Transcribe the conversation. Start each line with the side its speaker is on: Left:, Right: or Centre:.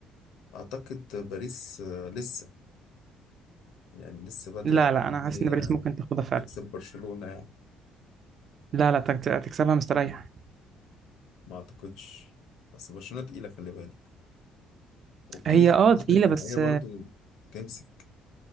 Left: أعتقد باريس آه، لسه يعني لسه بدري
Right: لا
Left: عليهم
Right: لا أنا
Left: إن
Right: حاسس
Left: هي
Right: إن باريس ممكن تاخدها فعلا
Left: تكسب برشلونة يعني
Right: لا لا تكت- هتكسبها مستريح
Left: ما اعتقدش بس برشلونة تقيلة خلي بالك وبتيجي
Right: هي
Left: في
Right: أه
Left: الماتش
Right: تقيلة
Left: النهائية
Right: بس
Left: برضو تمسك